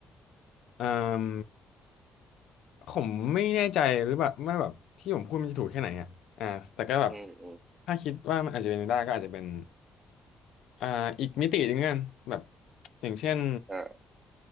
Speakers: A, on the left; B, on the right.
A: อ่ามผมไม่แน่ใจหรือแบบว่าแบบที่ผมพูดมันจะถูกแค่ไหนอ่ะอ่าแต่ก็แบบ
B: อืมอืม
A: ถ้าคิดว่ามันอาจจะเป็นไปได้ก็อาจจะเป็นอ่าอีกมิติหนึ่งกันแบบอย่างเช่น
B: อ่า